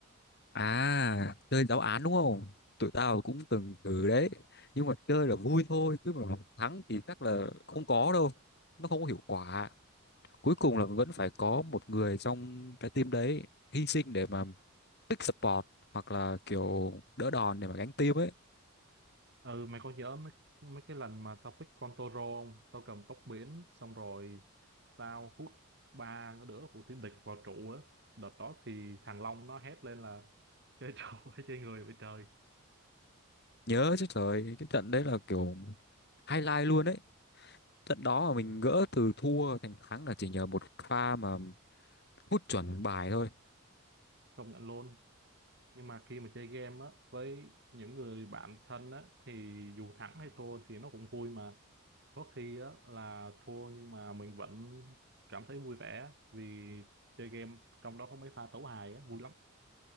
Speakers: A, on the left (about 50°); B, on the right (about 50°).
A: à chơi giáo án đúng không tụi tao cũng từng thử đấy nhưng mà chơi là vui thôi chứ mà thắng thì chắc là không có đâu nó không có hiệu quả cuối cùng là vẫn phải có một người trong cái team đấy hy sinh để mà pick support hoặc là kiểu đỡ đòn để mà gánh team ấy
B: Ừ mày có nhớ mấy mấy cái lần mà tao pick con Toro không? Tao cầm tóc biển xong rồi tao hút ba đứa của team địch vào trụ á đợt đó thì thằng Long nó hét lên là chơi trâu hay chơi người vậy trời
A: nhớ chứ trời cái trận đấy là kiểu highlight luôn ấy trận đó mà mình gỡ từ thua thành thắng là chỉ nhờ một pha mà hút chuẩn bài thôi
B: công nhận luôn nhưng mà khi mà chơi game á với những người bạn thân á thì dù thắng hay thua thì nó cũng vui mà có khi á là thua nhưng mà mình vẫn cảm thấy vui vẻ á, vì chơi game trong đó có mấy pha tấu hài á vui lắm